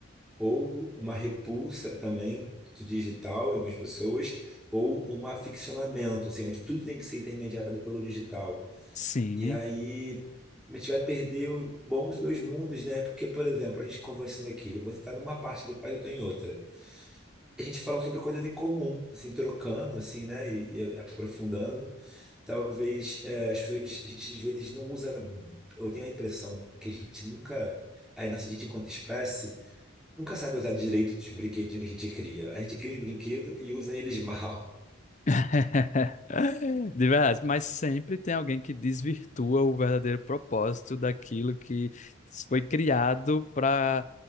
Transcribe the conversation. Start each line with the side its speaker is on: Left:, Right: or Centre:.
Centre: ou uma repulsa também do digital em algumas pessoas, ou um aficionamento, assim, onde tudo tem que ser intermediado pelo digital.
Left: Sim,
Centre: E aí a gente vai perder o bom dos dois mundos, né? Porque, por exemplo, a gente conversando aqui, você está numa parte do país, eu estou em outra. A gente falando sobre coisas em comum, assim, trocando, assim, né? E, e aprofundando. Talvez eh, as pessoas, a gente às vezes não usa. Eu tenho a impressão que a gente nunca, a nossa gente, enquanto espécie, nunca sabe usar direito os brinquedinhos que a gente cria. A gente cria os brinquedos e usa eles <laughs> mal.
Left: <laughs> De verdade, mas sempre tem alguém que desvirtua o verdadeiro propósito daquilo que foi criado para,